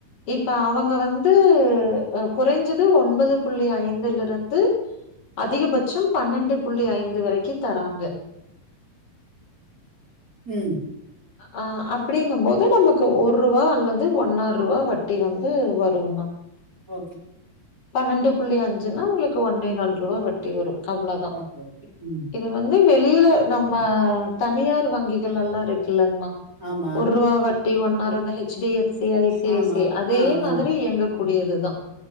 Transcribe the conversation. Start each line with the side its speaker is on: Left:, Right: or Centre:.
Left: இப்ப அவங்க வந்து அ குறைஞ்சது ஒன்பது புள்ளி ஐந்துலருந்து அதிகபட்சம் பன்னெண்டு புள்ளி ஐந்து வரைக்கு தராங்க
Right: ம்
Left: அ அப்டிங்கம்போது நமக்கு ஒரூவா அல்லது ஒன்னாரூவா வட்டி வந்து வருங்மா
Right: ஓகே
Left: பன்னெண்டு புள்ளி அஞ்சுன்னா உங்களுக்கு ஒன்னே கால் ரூவா வட் டி வரு அவ்வளோதா டி
Right: ஓகே ஓகே ம்
Left: இது வந்து வெளில நம்ம தனியார் வங்கிகள் எல்லா இருக்குல்லங்மா
Right: ஆமா
Left: ஒரூவா வட்டி ஒன்னாரு இந்த H D F C I C
Right: ஆமா
Left: I சி அதே
Right: ஆ
Left: மாதிரி
Right: ஆ
Left: எங்க கூடியதுதா